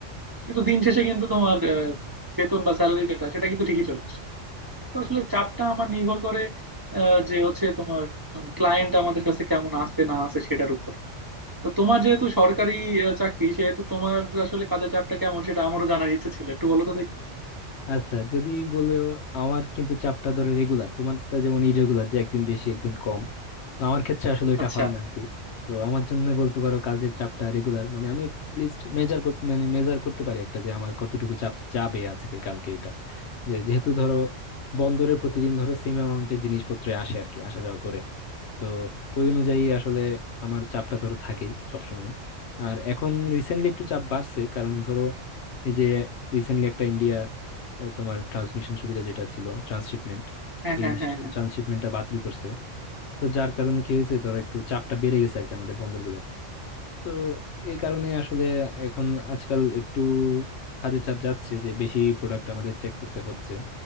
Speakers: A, on the right (about 25°); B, on the left (about 65°).
A: কিন্তু দিন শেষে কিন্তু তোমার আহ, বেতন বা স্যালারি যেটা সেটা কিন্তু ঠিকই চলে আসে তো আসলে চাপটা আমার নির্ভর করে আহ, যে হচ্ছে তোমার ক্লায়েন্ট আমাদের কাছে কেমন আসছে না আসে সেটার উপর তো তোমার যেহেতু সরকারি আহ, চাকরি সেহেতু তোমার আসলে কাজের চাপটা কেমন সেটা আমারও জানার ইচ্ছে ছিল একটু বলো তো দেখি
B: আচ্ছা যদি বলে আমার কিন্তু চাপটা ধরো রেগুলার তোমারটা যেমন ইরেগুলার যে একদিন বেশি একদিন কম তো আমার ক্ষেত্রে আসলে এটা
A: আচ্ছা
B: হয় না আর কি তো আমার জন্য বলতে পারো কাজের চাপটা রেগুলার মানে আমি লিস্ট মেজার করতে মানে মেজার করতে পারি একটা যে আমার কতটুকু চাপ যাবে আজকে কালকে এটা যে যেহেতু ধরো বন্দরে প্রতিদিন ধরো সেম অ্যামাউন্টের জিনিসপত্র আসে আর কি আসা যাওয়া করে তো ওই অনুযায়ী আসলে আমার চাপটা ধরো থাকেই সবসময় আর এখন রিসেন্টলি একটু চাপ বাড়ছে কারণ ধরো এই যে রিসেন্টলি একটা ইন্ডিয়া এ, তোমার ট্রান্সমিশন সুবিধা যেটা ছিল ট্রান্সশিপমেন্ট
A: হ্যাঁ
B: এই
A: হ্যাঁ হ্যাঁ
B: ট্রান্সশিপমেন্টটা বাতিল করছে তো যার কারণে কি হয়েছে ধরো একটু চাপটা বেড়ে গেছে আর কি আমাদের বন্দরগুলোতে তো এই কারণে আসলে এখন আজকাল একটু কাজের চাপ যাচ্ছে যে বেশি প্রোডাক্ট আমাদের চেক করতে হচ্ছে